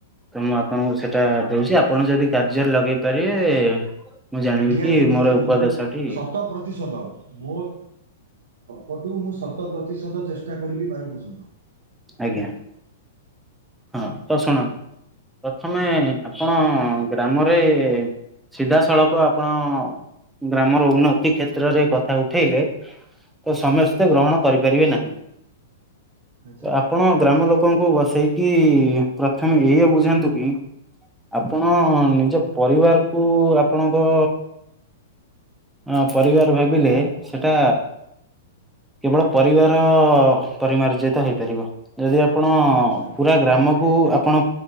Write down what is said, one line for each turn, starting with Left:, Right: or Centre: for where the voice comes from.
Centre: ତ ମୁଁ ଆପଣଙ୍କୁ ସେଇଟା ଦଉଛି ଆପଣ ଯଦି କାର୍ଯ୍ୟରେ ଲଗେଇ ପାରିବେ ମୁଁ ଜାଣିବି
Right: ନିହାତି
Centre: କି
Right: ନିହାତି
Centre: ମୋର
Right: ବନ୍ଧୁ
Centre: ଉପଦେଶଟି
Right: ଶତ ପ୍ରତିଶତ ମୋର୍ ପଟୁ ମୁଁ ଶତ ପ୍ରତିଶତ ଚେଷ୍ଟା କରିବି ବାର ପ୍ରଶତ
Centre: ଆଜ୍ଞା ହଁ ତ ଶୁଣନ୍ତୁ ପ୍ରଥମେ ଆପଣ ଗ୍ରାମରେ ସିଧା ସଳଖ ଆପଣ। ଗ୍ରାମର ଉନ୍ନତି କ୍ଷେତ୍ରରେ କଥା ଉଠେଇଲେ ତ ସମସ୍ତେ ଗ୍ରହଣ କରିପାରିବେ ନାହିଁ ତ
Right: ଆଚ୍ଛା
Centre: ଆପଣ ଗ୍ରାମ ଲୋକଙ୍କୁ ବସେଇ କି ପ୍ରଥମେ ଏଇଆ ବୁଝାନ୍ତୁ କି ଆପଣ ନିଜ ପରିବାରକୁ ଆପଣଙ୍କ ଅଁ ପରିବାର ଭାବିଲେ ସେଟା କେବଳ ପରିବାର ପରିମାର୍ଜିତ ହେଇପାରିବ ଯଦି ଆପଣ
Right: ଆଚ୍ଛା
Centre: ପୁରା ଗ୍ରାମକୁ ଆପଣ